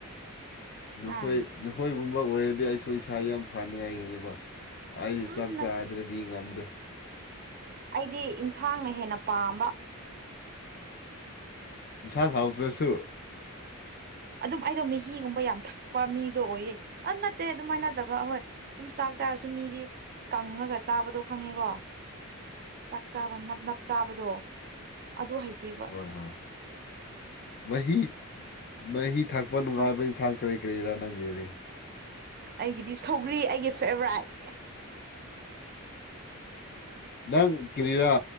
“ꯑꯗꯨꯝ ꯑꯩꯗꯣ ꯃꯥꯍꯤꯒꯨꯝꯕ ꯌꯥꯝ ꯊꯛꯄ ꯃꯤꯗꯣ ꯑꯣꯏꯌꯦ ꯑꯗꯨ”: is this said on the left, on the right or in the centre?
Right